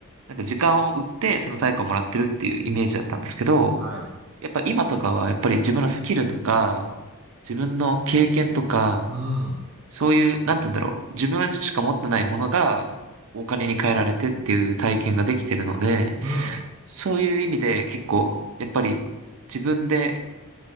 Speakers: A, on the right; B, on the right.
A: なんか時間を売って、その対価をもらってるっていうイメージだったんですけど、
B: はい。
A: やっぱ今とかは、やっぱり自分のスキルとか、自分の経験とか、
B: うん、うん、
A: そういう、なんて言うんだろう、自分しか持ってないものが、お金に換えられてっていう体験ができてるので、
B: うん、
A: そういう意味で結構、やっぱり自分で、